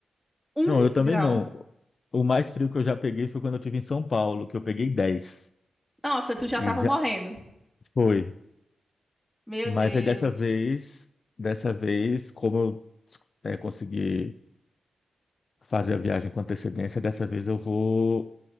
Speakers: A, in the centre; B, on the left.
A: Um
B: Não, eu também
A: grau.
B: não. O mais frio que eu já peguei foi quando eu estive em São Paulo, que eu peguei dez
A: Nossa, tu já
B: E
A: tava
B: já
A: morrendo.
B: foi.
A: Meu
B: Mas
A: Deus.
B: aí dessa vez, dessa vez, como eu eh, consegui fazer a viagem com antecedência, dessa vez eu vou